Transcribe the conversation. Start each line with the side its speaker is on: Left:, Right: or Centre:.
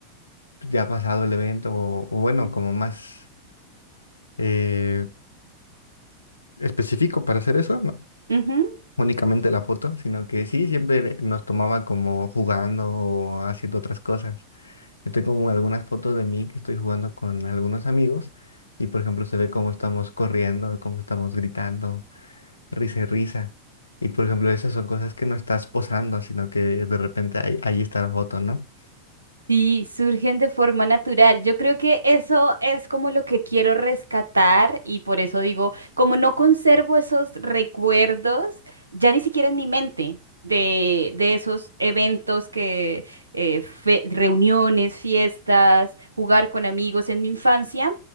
Left: ya pasado el evento, o, o bueno, como más eh, específico para hacer eso, ¿no?
Right: Sí.
Left: únicamente la foto, sino que sí, siempre nos tomaba como jugando o haciendo otras cosas. Yo tengo como algunas fotos de mí que estoy jugando con algunos amigos y por ejemplo se ve cómo estamos corriendo, cómo estamos gritando, risa y risa. Y por ejemplo esas son cosas que no estás posando, sino que de repente ahí, ahí está la foto, ¿no?
Right: Sí, surgen de forma natural. Yo creo que eso es como lo que quiero rescatar y por eso digo, como no conservo esos recuerdos, ya ni siquiera en mi mente de, de esos eventos que, eh, fe- reuniones, fiestas, jugar con amigos en mi infancia.